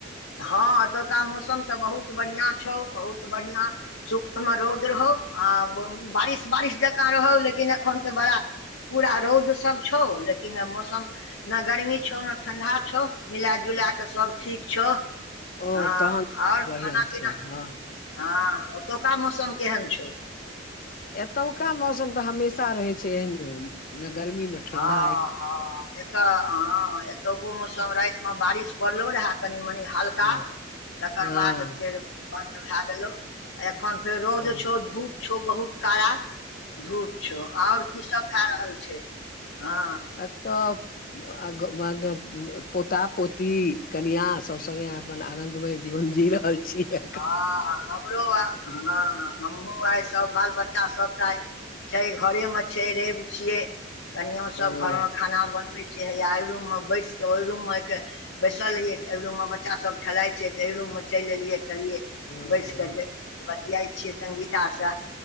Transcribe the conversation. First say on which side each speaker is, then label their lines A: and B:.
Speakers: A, on the left; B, on the left.
A: हँ एतौका मौसम तऽ बहुत बढ़ियाँ छौ बहुत बढ़ियाँ सुबहमे रौद रहौ आ बारिश बारिश जकाँ रहौ लेकिन एखन तऽ बड़ा पूरा रौद सब छौ लेकिन अ मौसम मौसम ने गर्मी छौ ने ठंडा छौ मिला-जुला कऽ सब ठीक छौ।
B: ओ
A: हँ
B: तहन
A: आओर
B: बढ़िआँ
A: खाना पीना
B: छै हँ
A: हँ ओतौका मौसम केहन छौ
B: एतौका मौसम तऽ हमेशा रहे छै एहने गर्मी ने ठण्डा
A: हँ हँ एतऽ हँ एतौको मौसम रात मे बारिश पड़लो रहे कनी-मनी हल्का
B: हँ
A: तकर
B: हँ
A: बाद फेर बन्द भए गेलो एखन फेर रौद
B: हँ,
A: छौ धूप छौ बहुत काड़ा धूप छौ आओर की सब भए रहल छे हँ '
B: एतऽ आ ग बाद मे पोता पोती कनिआँ सभ संगे अपन आनन्दमय जीवन जी रहल छियै
A: हँ हमरो आ हँ हमहु आइ सब बाल बच्चा सबके आय छै घरे मे छै रवि छियै कनियो
B: हँ
A: सब घर मे खाना बनबे छै से हया एहि रूम मे बैसके ओहि रूमक के बैसल रहियै तऽ एहि रूम मे बच्चा सब खेलाय छै तऽ एहि रूम मे चलि एलियै। कहलियै
B: हँ
A: बैस कऽ जे बतियाइ छियै संगीता से